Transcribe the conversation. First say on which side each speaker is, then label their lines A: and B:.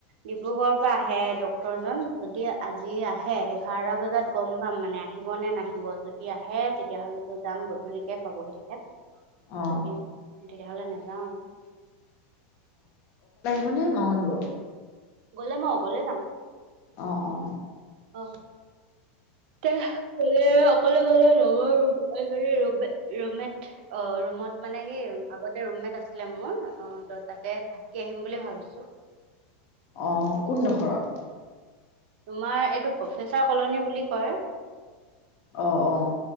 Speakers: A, on the right (about 60°); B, on the left (about 40°).
A: ডিব্ৰুগড়ৰ পৰা আহে ডক্টৰ জন, যদি আজি আহে এঘাৰটা বজাত গম পাম মানে আহি। আহিব নে নাহিব, যদি আহে তেতিয়া হ'লেতো যাম গধূলিকে পাবহি তেখেত।
B: অ',
A: এ তিনি তেতিয়া হ'লে নাযাওঁ আৰু
B: মানে মঙ আহিব <unintelligible>
A: গলে মই অকলে যাম।
B: অ-অ
A: অ' তেহে ক'লে অকলে গ'লে ৰুমে-ৰুমেট অ, ৰুমত মানে কি আগতে ৰুমমেট আছিলে মোৰ। মই অ, ত তাতে থাকি আহিম বুলি ভাবিছো।
B: অ কোনদখৰত?
A: তোমাৰ এইটো প্ৰফেচাৰ কলনী বুলি কয়।
B: অ', অ',